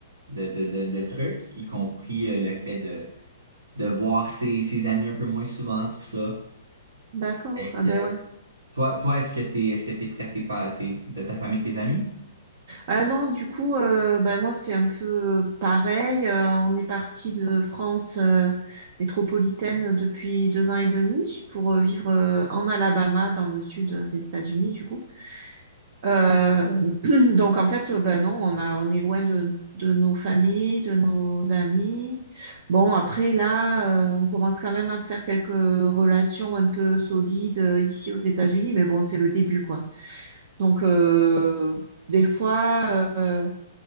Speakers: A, on the right (about 80°); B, on the right (about 55°).
A: de, de, de, de trucs, y compris euh, le fait de, de voir ses, ses amis un peu moins souvent, tout ça.
B: D'accord.
A: Fait que,
B: Ah ben
A: euh,
B: ouais.
A: toi, toi, est-ce que t'es, est-ce que t'es prêt de tes, pa- tes- de ta famille, tes amis?
B: Ah non, du coup, euh, bah, moi, c'est un peu euh, pareil. Euh, on est parti de France euh, métropolitaine depuis deux ans et demi pour euh, vivre euh, en Alabama, dans le sud euh, des États-Unis, du coup. Euh, <clears throat> donc, en fait, euh, bah, non, on a, on est loin de, de nos familles, de nos amis. Bon, après, là, euh, on commence quand même à se faire quelques relations un peu solides euh, ici aux États-Unis, mais bon, c'est le début, quoi. Donc, euh, des fois... euh,